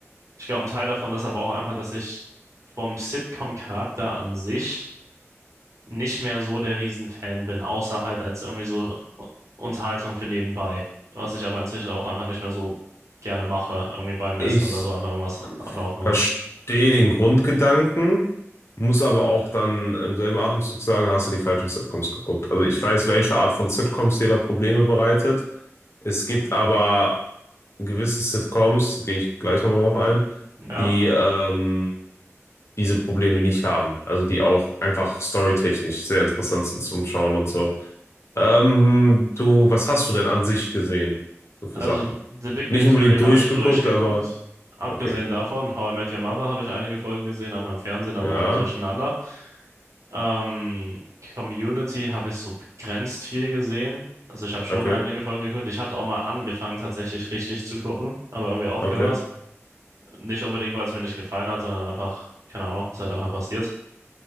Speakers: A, on the right; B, on the left.
A: Ich glaube, ein Teil davon ist aber auch einfach, dass ich vom Sitcom-Charakter an sich nicht mehr so der Riesenfan bin, außer halt als irgendwie so Unterhaltung für nebenbei, was ich aber inzwischen auch einfach nicht mehr so gerne mache, irgendwie beim Essen
B: Ich
A: oder so einfach irgendwas laufen
B: verstehe
A: haben.
B: den Grundgedanken, muss aber auch dann im selben Atemzug sagen, da hast du die falschen Sitcoms geguckt. Also ich weiß, welche Art von Sitcoms dir da Probleme bereitet. Es gibt aber gewisse Sitcoms, gehe ich gleich nochmal drauf ein,
A: Ja,
B: die ähm, diese Probleme nicht haben. Also die auch einfach storytechnisch sehr interessant sind zum Schauen und so. Ähm, du, was hast du denn an sich gesehen? So für
A: also
B: Sachen.
A: The Big
B: Nicht
A: Bang Theory
B: unbedingt
A: habe
B: durchgeguckt,
A: ich durchgeguckt.
B: aber
A: Abgesehen
B: okay.
A: davon, How I Met Your Mother habe ich einige Folgen gesehen, einfach im Fernsehen,
B: Ja,
A: aber halt durcheinander. Ähm, Community habe ich so begrenzt viel gesehen. Also ich habe schon
B: okay,
A: einige Folgen geguckt. Ich habe es auch mal angefangen, tatsächlich richtig zu gucken, aber irgendwie aufgehört.
B: okay,
A: Nicht unbedingt, weil es mir nicht gefallen hat, sondern einfach, keine Ahnung, es ist halt einfach passiert.